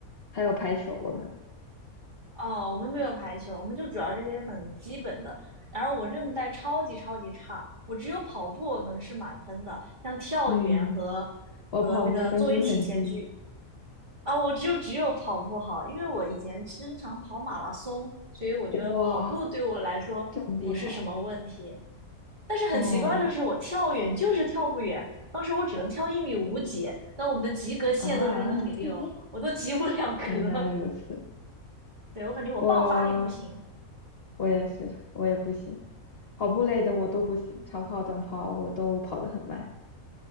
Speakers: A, on the left; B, on the right.
A: 还有排球。我们，
B: 哦，我们没有排球，我们就主要这些很基本的。然后我韧带超级超级差，我只有跑步能是满分的，像跳远和
A: 嗯，我跑步分数很低。
B: 和那个作为体前屈啊，我只有只有跑步好，因为我以前经常跑马拉松，所以我觉得跑步对我来说不是什么问题。
A: 哇，这么厉害！
B: 但是很奇怪的是，
A: 哦
B: 我跳远就是跳不远，当时我只能跳一米五几，但我们的及格线都是一米六，
A: 啊，<laughs>
B: 我都及不了格。
A: 原来如此。
B: <laughs> 对，我感觉我爆发力不行。
A: 我我也是，我也不行，跑步类的我都不行，长跑、短跑我都跑得很慢。